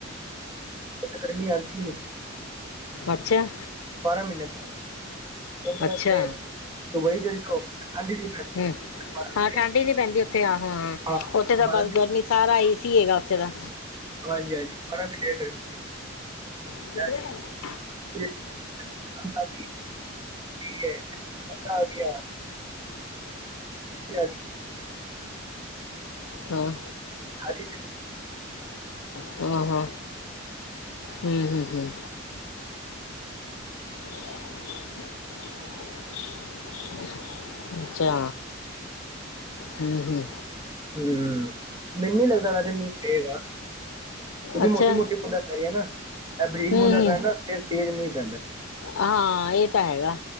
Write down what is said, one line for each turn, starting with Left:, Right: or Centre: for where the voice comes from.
Right: ਗਰਮੀ ਆਂਦੀ ਏ।
Left: ਅੱਛਾ
Right: ਬਾਰਾ ਮੀਨੇ <unintelligible>
Left: ਅੱਛਾ
Right: ਦੁਬਈ ਚਲ ਜੋ ਠੰਡ ਈ ਨੀਂ ਪੈਂਦੀ।
Left: ਹਮ,
Right: ਬਾਰਾਂ ਮਹੀਨੇ
Left: ਹਾਂ ਠੰਡੀ ਹੀ ਨੀ, ਪੈਂਦੀ ਉੱਥੇ ਆਹੋ।
Right: ਹਾਂ,
Left: ਓਥੇ ਤਾਂ
Right: ਬਾਰਾਂ
Left: ਬਸ, ਗਰਮੀ ਸਾਰਾ ਏਸੀ ਹੈਗਾ ਓਥੇ ਤਾਂ
Right: ਹਾਂਜੀ -ਹਾਂਜੀ ਬਾਰਾ ਮੀਨ੍ਹੇ ਐ ਗਰਮੀ। ਹੈ।
Left: <unintelligible>
Right: ਆ ਗਈ <unintelligible> ਗਈ
Left: ਹਾਂ
Right: ਹਾਂਜੀ।
Left: ਆ ਹ, ਹੂੰ ਹੂੰ ਹਮ। <inaudible> ਅੱਛਾ, ਹੂੰ-ਹੂੰ
Right: ਹਮ, ਮੈਨੂੰ ਨੀ ਲੱਗਦਾ ਵੈਸੇ ਮੀਂਹ ਪਏਗਾ।
Left: ਅੱਛਾ
Right: ਮੋਟੀ- ਮੋਟੀ ਬੂੰਦਾ ਪੈ ਰਈਆਂ ਨਾ, ਐ ਬਰੀਕ
Left: ਹਮ
Right: ਬੂੰਦਾ ਪੈਣ
Left: ਹਮ
Right: ਨਾ, ਫੇਰ ਤੇਜ਼ ਮੀਂਹ ਪੈਂਦਾ।
Left: ਹਾਂ, ਏਹ ਤਾਂ ਹੈਗਾ।